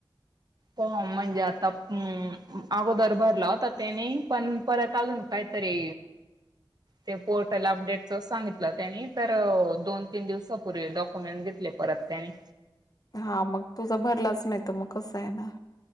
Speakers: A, on the right (about 50°); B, on the left (about 45°).
A: हो म्हणजे आता हं अगोदर भरला होता त्याने, पण परत अजून काय? तरी ते पोर्टल अपडेटच सांगितलं त्यांनी तर दोन तीन दिवससापूर्वी डॉक्युमेंट घेतले. परत त्या आणि
B: हा मग तुझा भरलाच नाही तर मग कसं येणार.